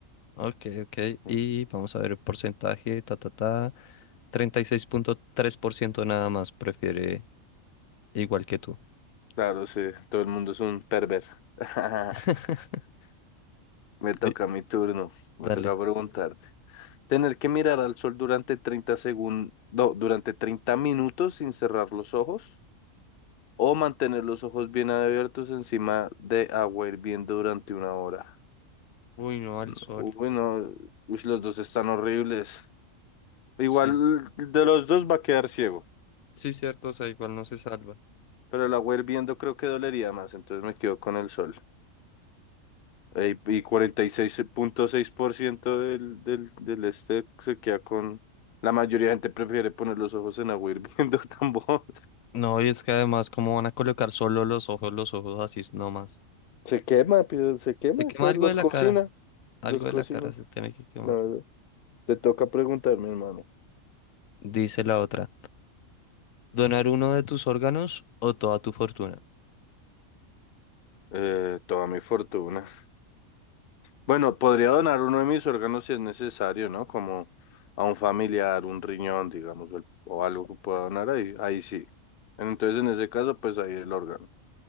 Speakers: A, on the left (about 80°); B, on the left (about 55°).
A: Ok, ok.
B: Mm,
A: Y vamos a ver el porcentaje, ta, ta, ta. treinta y seis punto tres por ciento nada más prefiere igual que tú.
B: Claro, sí, todo el mundo es un perver. <laughs>
A: <laughs>
B: Me
A: Di-
B: toca mi turno, me
A: Dale.
B: toca preguntar. Tener que mirar al sol durante 30 segundos, no, durante 30 minutos sin cerrar los ojos o mantener los ojos bien abiertos encima de agua hirviendo durante una hora.
A: Uy, no, al
B: No,
A: sol.
B: Uy, no, uy, los dos están horribles. Igual
A: Sí,
B: de los dos va a quedar ciego.
A: sí, cierto, o sea, igual no se salva.
B: Pero la agua viendo creo que dolería más, entonces me quedo con el sol. Ey, Y cuarenta y seis seis punto seis por ciento del, del, del este se queda con... La mayoría de gente prefiere poner los ojos en agua viendo <laughs> tambor
A: No, y es que además, ¿cómo van a colocar solo los ojos, los ojos así nomás?
B: Se quema, pero se quema,
A: Se quema
B: claro,
A: algo
B: los
A: de la
B: cocina.
A: cara, algo
B: Los cocina.
A: de la cara se tiene que quemar.
B: La verdad. Te toca preguntarme, hermano.
A: Dice la otra, ¿donar uno de tus órganos o toda tu fortuna?
B: Eh, toda mi fortuna. Bueno, podría donar uno de mis órganos si es necesario, ¿no? Como a un familiar, un riñón, digamos, o, el- o algo que pueda donar ahí, ahí sí. Entonces, en ese caso, pues ahí el órgano.